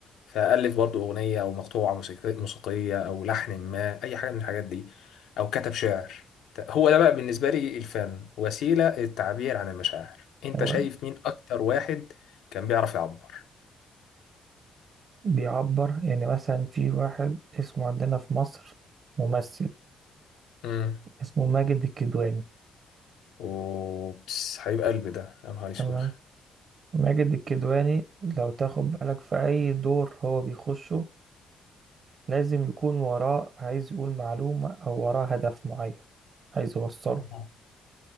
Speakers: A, on the left; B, on the right.
A: فألف برضه أغنية أو مقطوعة موسيقية موسيقية أو لحن ما أي حاجة من الحاجات دي أو كتب شعر هو ده بقى بالنسبة لي الفن وسيلة للتعبير عن المشاعر أنت
B: هو
A: شايف مين أكتر واحد كان بيعرف يعبر
B: بيعبر يعني مثلا في واحد اسمه عندنا في مصر ممثل
A: امم
B: اسمه ماجد الكدواني
A: أوبس حبيب قلبي ده يا نهار اسود
B: تمام ماجد الكدواني لو تاخد بالك في أي دور هو بيخشه لازم يكون وراه عايز يقول معلومة أو وراه هدف معين عايز يوصله
A: امم